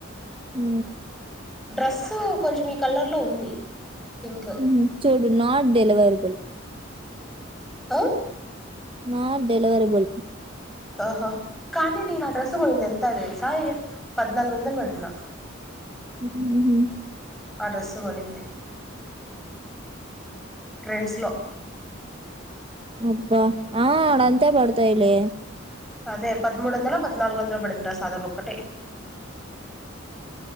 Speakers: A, on the right; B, in the centre.
A: ఉ
B: డ్రెస్ కొంచెం ఈ కలర్ లో ఉంది పింక్
A: ఉహు చూడు నాట్ డెలివరబుల్
B: ఆ
A: నాట్ డెలివరబుల్
B: ఓహో కానీ నను అడ్రెస్సు కొనింది ఎంత తెలుసా పధ్నాలుగు వందలు పడింది నాకు
A: మ్మ్
B: ఆ డ్రెస్సు కొనింది ట్రైన్స్ లో
A: అబ్బా ఆ ఆడ అంతే పడతాయిలే
B: అదే పదమూడు వందల పధ్నాలుగు వందలో పడింది అడ్రస్ ఒకటే